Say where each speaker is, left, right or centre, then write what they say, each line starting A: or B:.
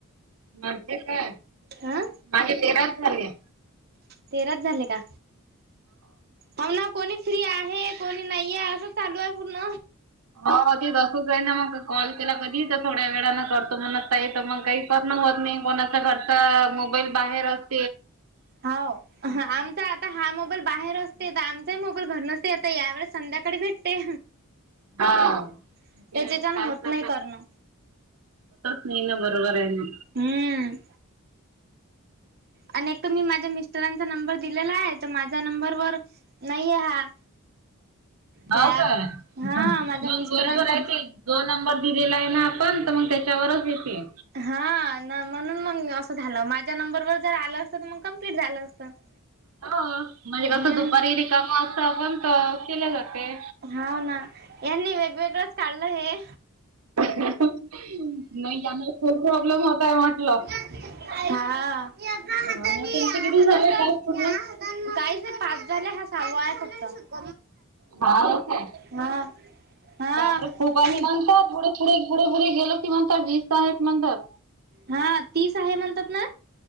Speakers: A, on the right; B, on the right.
A: म का
B: हा
A: <unintelligible> माझे तेराच झाले.
B: तेराच झाले का हो ना कोणी फ्री आहेत. कोणी नाहीे आहे असं चालू आहे पूर्ण
A: हो ते तसंच आहे ना मग कॉल केला कधी तर थोड्या वेळां करतो म्हणत आता काहीच नाही. करण होत नाही कोणाचा घरचा मोबाईल बाहेर अस
B: हाव आमचा आता हा मो मोबाईल बाहेर असते तर आमचाही मोबाईल घरी नसते या वेळेस संध्याकाळी भेटते
A: <unintelligible> होतच
B: त्याच्याच्यान होत नाही करणं
A: नाही ना बरोबर आहे ना
B: हम्म आणि एक तर मी माझ्या मिस्टरांचा नंबर दिलेला आहे तर माझ्या नंबरवर नाही आहे हा
A: हाव
B: ॲप
A: का मग
B: हा माझ्या मिस्टरांचा
A: बरोबर आहे ते जो नंबर दिलेला आहे ना आपण तर मग त्याच्यावरच येते
B: हा म्हणून मग असं झालं माझ्या नंबरवर जर आलं असतं तर मग कम्प्लीट झालं असतं <inaudible>
A: हो म्हणजे
B: हम्म
A: कसं दुपारी रिकाम असतो आपण तर केले जाते
B: हाव ना ह्यांनी वेगवेगळंच काढलं हे
A: नाही यान खूप प्रॉब्लेम होतय म्हटलं
B: हा हे कस
A: तुमचे किती झाले
B: काहीच
A: टास्क पूर्ण?
B: नाही पाच झाले हा सहावा आहे फक्त
A: हा काय
B: हा हा
A: बापरे खूप आत
B: मी
A: म्हणतात थोड पुढे, पुढे, पुुढे गेलो की वीस आहेत म्हणतात
B: हा तीस आहे म्हणतात ना